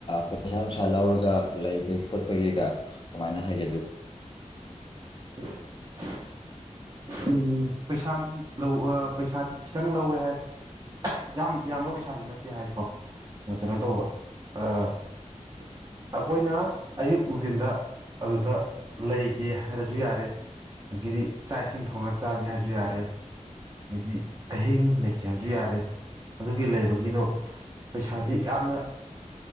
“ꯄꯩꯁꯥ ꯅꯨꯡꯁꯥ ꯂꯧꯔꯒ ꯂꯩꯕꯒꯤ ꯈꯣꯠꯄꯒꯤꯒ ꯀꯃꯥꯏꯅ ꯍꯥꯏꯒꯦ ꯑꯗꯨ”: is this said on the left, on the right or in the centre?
Left